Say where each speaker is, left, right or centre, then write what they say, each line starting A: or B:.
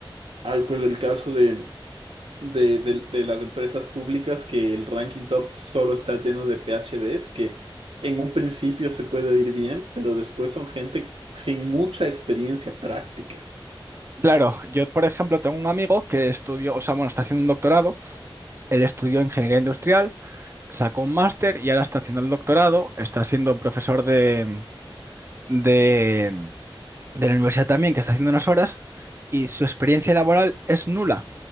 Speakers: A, on the right; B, on the right.
A: hay pues el caso de, de, de- de las empresas públicas que el ranking top solo está lleno de PhDs que en un principio se puede oír bien, pero después son gente sin mucha experiencia práctica.
B: Claro, yo por ejemplo tengo un amigo que estudió, o sea, bueno, está haciendo un doctorado, él estudió ingeniería industrial, sacó un máster y ahora está haciendo el doctorado, está siendo profesor de, de de la universidad también, que está haciendo unas horas, y su experiencia laboral es nula.